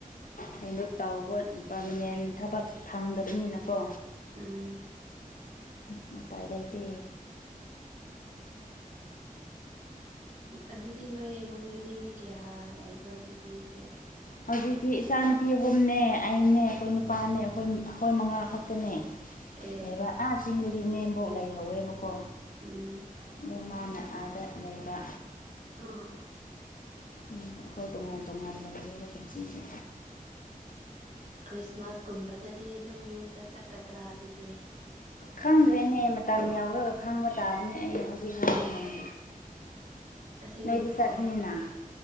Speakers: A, on the left; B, on the right.
A: ꯀꯩꯅꯣ ꯇꯧꯕ ꯄꯥꯔꯃꯤꯅꯦꯟ ꯊꯕꯛ ꯐꯪꯗꯕꯅꯤꯅꯀꯣ
B: ꯎꯝ
A: ꯅ ꯎꯄꯥꯏ ꯂꯩꯇꯦ
B: ꯑꯗꯨꯗꯤ ꯅꯣꯏ ꯏꯃꯨꯡꯗꯗꯤ ꯃꯤ ꯀꯌꯥ ꯂꯩꯕ꯭ꯔꯣ ꯑꯗꯨꯗꯤ ꯏꯆꯦ
A: ꯍꯧꯖꯤꯛꯇꯤ ꯏꯆꯥ ꯅꯨꯨꯄꯤ ꯑꯍꯨꯝꯅꯦ ꯑꯩꯅꯦ ꯑꯩꯈꯣꯏ ꯅꯨꯄꯥꯅꯦ ꯑꯩꯈꯣꯏ ꯑꯩꯈꯣꯏ ꯃꯉꯥ ꯈꯛꯇꯅꯦ
B: ꯑꯦ
A: ꯍꯥꯏꯕ
B: ꯑꯦ
A: ꯑꯥ ꯆꯤꯡꯗꯗꯤ ꯏꯅꯦꯝꯕꯣꯛ ꯂꯩꯍꯧꯋꯦꯕꯀꯣ
B: ꯎꯝ
A: ꯑꯗꯣ ꯃꯥꯅ ꯑꯗ ꯂꯩꯕ
B: ꯑ
A: ꯎꯝ ꯑꯩꯈꯣꯏ ꯇꯣꯉꯥꯟ ꯇꯣꯉꯥꯟ ꯂꯩꯔꯦ ꯀꯨꯝꯁꯤꯁꯦ
B: ꯈ꯭ꯔꯤꯁꯃꯥꯁꯀꯨꯝꯕꯗꯗꯤ ꯑꯗꯨꯝ ꯌꯨꯝꯗ ꯆꯠꯀꯗ꯭ꯔꯥ ꯑꯗꯨꯗꯤ
A: ꯈꯪꯗ꯭ꯔꯦꯅꯦ ꯃꯇꯝ ꯌꯥꯎꯔꯒ ꯈꯪꯕ ꯇꯥꯔꯦꯅꯦ ꯑꯩ ꯍꯧꯖꯤꯛ ꯍꯥꯏꯕ ꯉꯝꯗꯦ
B: ꯑꯁꯦꯡꯕꯀꯣ
A: ꯅꯣꯏꯗꯤ ꯆꯠꯅꯤꯅ